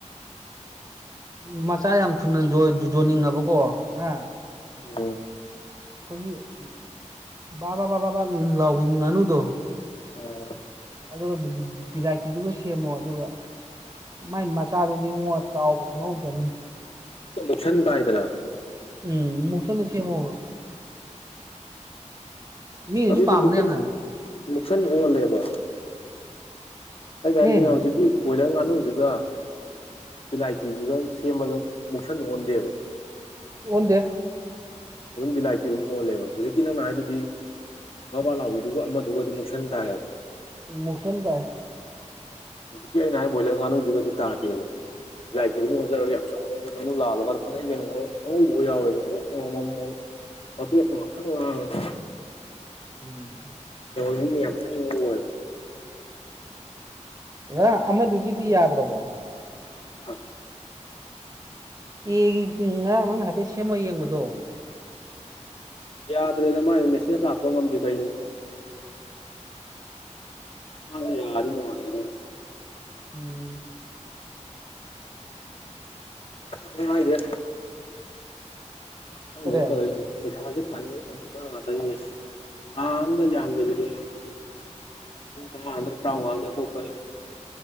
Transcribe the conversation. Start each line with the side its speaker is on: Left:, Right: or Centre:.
Right: ꯎ ꯃꯆꯥ ꯌꯥꯝ ꯊꯨꯅ ꯌꯣꯟꯅꯤꯡꯉꯕꯀꯣ ꯍꯥ
Left: ꯎꯝ
Right: ꯑꯩꯈꯣꯏꯒꯤ ꯕꯥ ꯕꯥ ꯕꯥ ꯕꯥꯕꯥ ꯂꯥꯎꯕꯤ ꯉꯥꯅꯨꯗꯣ
Left: ꯑꯥ
Right: ꯑꯗꯨ ꯕꯤꯂꯥꯏ ꯇꯤꯗꯨꯒ ꯁꯦꯝꯃꯣ ꯑꯗꯨꯒ ꯃꯥꯏ ꯃꯆꯥꯗꯨꯗꯤꯉꯣ ꯆꯥꯎꯕ ꯈꯪꯍꯧꯗꯕꯅꯤ꯫
Left: <unintelligible>
Right: ꯎꯝ ꯃꯨꯛꯁꯟꯗꯣ ꯁꯦꯝꯃꯣꯕ ꯃꯤꯅꯁꯨ
Left: ꯑꯗꯨꯗꯤ
Right: ꯄꯥꯝꯕꯅꯦ
Left: ꯃꯨꯛꯁꯟ
Right: ꯌꯥꯝꯅ
Left: ꯃꯨꯛꯁꯟ ꯑꯣꯜꯂꯦꯕ ꯑꯩꯅ
Right: ꯎꯝ
Left: ꯍꯥꯏꯖꯦ ꯍꯧꯖꯤꯛꯀꯤ ꯕꯣꯏꯂꯔ ꯉꯥꯅꯨꯁꯤꯒ ꯕꯤꯂꯥꯏꯇꯤꯖꯤꯒ ꯁꯦꯝꯕꯗ ꯃꯨꯛꯁꯟ ꯑꯣꯟꯗꯦꯕ
Right: ꯑꯣꯟꯗꯦ꯫
Left: ꯑꯗꯨꯝ ꯕꯤꯂꯥꯏꯇꯤ ꯑꯗꯨꯝ ꯑꯣꯜꯂꯦꯕ ꯍꯧꯖꯤꯛꯀꯤ ꯅꯪꯅ ꯍꯥꯏꯗꯨꯗꯤ ꯕꯥ ꯕꯥ ꯂꯥꯥꯎꯕꯤꯗꯨꯒ ꯑꯃꯗꯨꯒꯗꯤ ꯃꯨꯛꯁꯟ ꯇꯥꯏꯌꯦꯕ꯫
Right: ꯃꯨꯛꯁꯟ ꯇꯥꯏ
Left: ꯍꯧꯖꯤꯛ ꯀꯤ ꯑꯩꯅ ꯍꯥꯏꯔꯤ ꯕꯣꯏꯂꯔ ꯉꯥꯅꯨꯖꯤꯒꯗꯤ ꯇꯥꯗꯦꯕ ꯕꯤꯂꯥꯏꯇꯤ ꯑꯗꯨꯝ ꯑꯣꯟꯖꯔꯒ ꯌꯥꯝ ꯆꯥꯎꯋꯦ ꯉꯅꯨ ꯂꯥꯕꯀꯗꯣ ꯐꯖꯩꯪ ꯀꯩꯅꯣ ꯑꯉꯥꯎꯕꯀꯥ ꯌꯥꯎꯌꯦꯕ ꯉꯧꯔꯣꯛ ꯉꯧꯔꯒ ꯃꯇꯔꯣꯛꯀ ꯉꯥꯡꯁꯪ ꯉꯥꯡꯉꯒ
Right: ꯎꯝ
Left: ꯑꯩꯅ ꯌꯥꯝ ꯐꯨꯅꯤꯡꯕꯗꯣ ꯑꯣꯏꯕꯥ
Right: ꯉꯥꯔꯥꯡ ꯑꯃꯗꯨꯒꯤꯗꯤ ꯌꯥꯗ꯭ꯔꯕꯣ꯫
Left: ꯍꯥ
Right: ꯑꯦꯒꯤ ꯉꯔꯥꯡ ꯅꯪꯅ ꯍꯥꯏꯐꯦꯠ ꯁꯦꯝꯃꯒ ꯌꯦꯡꯕꯗꯣ
Left: ꯌꯥꯗ꯭ꯔꯦꯗ ꯃꯥꯢꯗꯣ ꯃꯦꯁꯦꯁ ꯂꯥꯛꯄ ꯉꯝꯗꯦ ꯀꯩꯒꯤꯅꯣ ꯈꯪꯗꯦ꯫ ꯃꯗꯣ ꯌꯥꯔꯗꯤ ꯅꯨꯉꯥꯏꯒꯗꯧꯅꯤ
Right: ꯎꯝ
Left: ꯑꯗꯨꯅꯦ ꯍꯥꯢꯁꯦ ꯑꯁ ꯈꯪꯗ꯭ꯔꯦꯗ
Right: ꯀꯔꯤ
Left: ꯇꯧꯔꯤꯁꯦ ꯄꯩꯁꯥꯖꯤ ꯇꯥꯅꯤꯡꯕꯩ ꯇꯅꯤꯡꯕ ꯉꯥꯛꯇꯅꯤꯡꯅꯦꯁꯤ ꯊꯥ ꯑꯃꯗ ꯌꯥꯝꯗꯕꯤꯗ ꯂꯤꯁꯤꯡ ꯇꯔꯥ ꯅꯠꯇ꯭ꯔꯒ ꯇ꯭ꯔꯥꯎꯉꯥ ꯑꯇꯣꯞꯄ